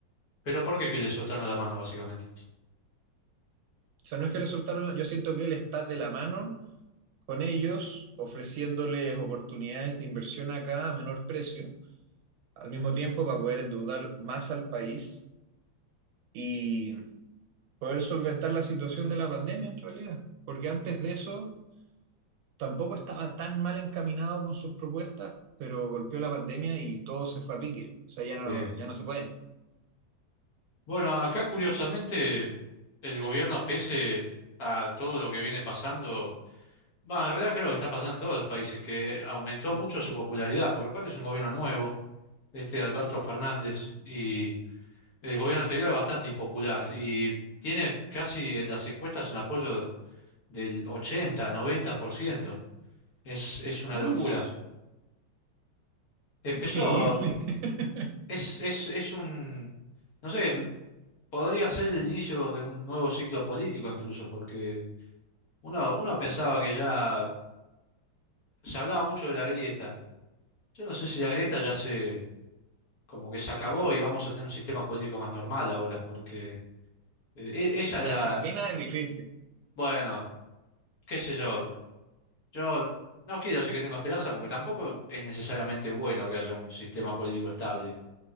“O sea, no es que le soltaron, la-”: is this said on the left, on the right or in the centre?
Right